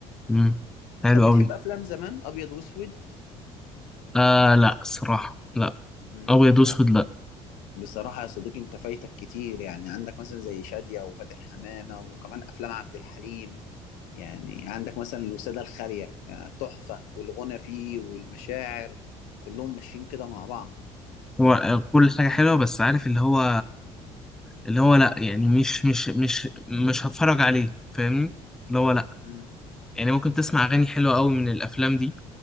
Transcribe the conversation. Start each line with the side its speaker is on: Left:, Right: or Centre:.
Centre: مم. حلو
Left: طب بتحب
Centre: قوي
Left: أفلام زمان أبيض وأسود؟
Centre: آه لا الصراحة لا
Left: مم،
Centre: ابيض
Left: لا
Centre: واسود لا
Left: بصراحة يا صديقي أنت فايتك كتير يعني عندك مثلا زي شادية وفاتن حمامة وكمان أفلام عبد الحليم يعني عندك مثلا الوسادة الخالية يعني تحفة والغنى فيه والمشاعر كلهم ماشيين كده مع بعض
Centre: هو آه، كل حاجة حلوة بس عارف اللي هو اللي هو لا يعني مش مش مش مش هتفرج عليه فاهمني اللي هو لا
Left: مم،
Centre: يعني ممكن تسمع اغاني حلوة قوي من الافلام دي